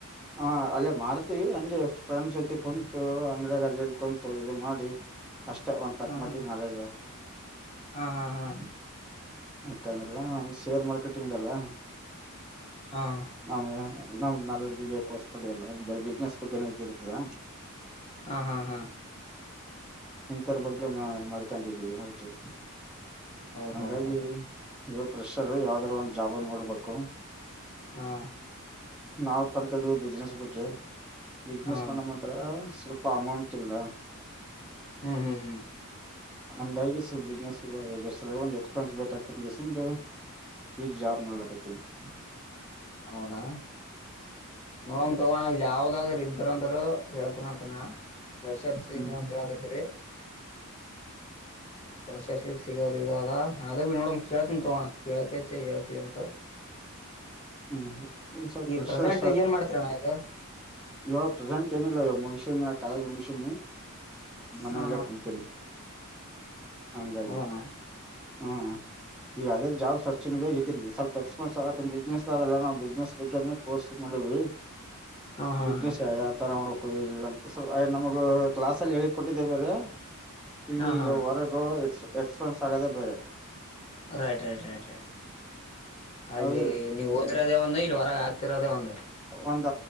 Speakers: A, in the centre; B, on the left.
A: ಹ ಅಲ್ಲೇ ಮಾಡ್ತೀವಿ ಹೆಂಗೆ ಫ್ರೆಂಡ್ಸ್ ಜೊತೆ ಕುಂತು ಅಂಗಡ ಅಲ್ಲಿಲ್ಲಿ ಕುಂತು ಇದು ಮಾಡಿ. ಅಷ್ಟೇ ಒಂದ್ ತಕ್
B: ಹಾ
A: ಮಟ್ಟಿಗ
B: ಹಾ
A: ನಾಲೇಜ್ ಅದ.
B: ಹಾ ಹಾ ಹಾ
A: <unintelligible> ಶೇರ್ ಮಾರ್ಕೆಟಿಂಗ್ ಅಲ್ಲ.
B: ಹಾ
A: ನಾವ ನಮ್ದ ನ ಬಿ <unintelligible> ಬಿಸ್ನೆಸ್ ಬಗ್ಗೆ ಏನ್ದ ಇರ್ತದಾ.
B: ಹ ಹಾ ಹಾ.
A: ಹಿಂತರ ಬಗ್ಗೆ ಮಾ ಮಾಡ್ಕಂತಿದ್ದೀವಿ ಅದಕೆ.
B: ಓಹೋ
A: ಹಂಗಾಗಿ
B: ಹೋ
A: ಇವಾಗ ಪ್ರೆಷರ್ ಯಾವ್ದ್ರ ಒಂದ್ ಜಾಬ ನೋಡ್ಬೇಕು.
B: ಹಾ
A: ನಾವ್ ಕಲ್ತದ್ ಬಿಸ್ನೆಸ್ ಬಗ್ಗೆ. ಬಿಸ್ನೆಸ್
B: ಹಾ
A: ಮಾಡಮ್ಮ ಅಂತ್ರ ಸ್ವಲ್ಪ ಅಮೌಂಟ್ ಇಲ್ಲ.
B: ಹ್ಮ್ ಹ್ಮ್ ಹ್ಮ್.
A: ಹಂಗಾಗಿ ಸ್ವಲ್ಪ ಬಿಸ್ನೆಸ್ ಇದ ಸರ್ ಒಂದ ಎಕ್ಸ್ಪೀರಿಯನ್ಸ್ ಬೇಕ ಆತ ಕೆಸಿಂದ ಈಗ ಜಾಬ್ ಮಾಡಲಕತಿವ್ರಿ.
B: ಹೌದಾ ನೋಡನ್ ತಗೋ ಅಣ್ಣ ಇಲ್ಲ ಯಾವ್ದಾದ್ರರು ಇದ್ರ ಅಂದ್ರ. ಹೇಳತಿನಿ ಅಂತ ನಾ. ಫ್ರೆಷರ್ಸ್ ಇ
A: ಹ್ಮ್
B: ಅಂತ
A: ಹ್ಮ್
B: ಹೇಳಕತಿರಿ ಅ ಫ್ರೀ. ಟೆಸ್ಟ್ ಸೀರೀಸ್ ಸಿಗೋದ ಇವಾಗ ಅದೇ ಬಿ ನೋಡಣ ಕೇಳ್ತೀನಿ. ತೊಗೊ ಅಣ್ಣ ಕೇಳಕೆಸೆ ಹೇಳ್ತೀವಿ ಅಂತ.
A: ಹ್ಮ್ ಸ್ವಲ್ಪ
B: ಈಗ
A: ಪ್ರೆಷರ್
B: ಪ್ರೆಸೆಂಟ್ ಏನ್ ಮಾಡ್ತೀರಣ್ಣ ಈಗ
A: ಇವಾಗ ಪ್ರಧಾಂಂತ ಏನಿಲ್ಲ ಇವಾಗ ಮುಗಷ್ಯಂದಿ ಕಾಲೇಜ್ ಮುಗಸ್ಯಿ ಮನೆಯಲ್ಲೇ
B: ಹಾ
A: ಕುಂತೀನಿ. ಹಂಗಾಗಿ
B: ಹೌದ ಅಣ್ಣ.
A: ಹ್ಮ್ ಈಗ ಅದೇ ಜಾಬ್ ಸರ್ಚಂಗ ದಾಗ ಇದ್ದೀನ ಸ್ವಲ್ಪ ಎಕ್ಸ್ಪೆನ್ಸ್ ಆತು ಬಿಸ್ನೆಸ್ ಅಲ್ಲ ನಾವು ಬಿಸಿನೆಸ್ ಬಗ್ಗೆ ಕೋರ್ಸ್. ಮಾಡಿವಿ
B: ಹಾ ಹಾ
A: ಬಿಸಿನೆಸ್
B: ಹಾ
A: ಯಾವ ತರ ಮಾಡಬೇಕ. ಏನಿಲ್ಲ ಅಂತ ಸ್ ನಮಗ ಕ್ಲಾಸ್ ಅಲ್ಲಿ ಹೇಳಿ ಕೊಟ್ಟಿದ್ದೆ ಬೇರೆ ಇಲ್ಲಿ ಈಗ
B: ಹಾ ಹಾ
A: ಹೊರಗ್ ಎಕ್ಸ್ ಎಕ್ಸ್ಪೀರಿಯನ್ಸ್ ಆಗೋದೆೇ ಬೇರೆ.
B: ರೈಟ್ ರೈಟ್ ರೈಟ್ ರೈಟ್ ಅಲ್ಲಿ
A: ಹೌದಿಲ್ಲ
B: ನೀವು ಓದಿರದೇ ಒಂದು ಇ ಹೊರಗ ಆ ಆಗ್ತಿರೋದೇ ಒಂದ.
A: ಒಂದ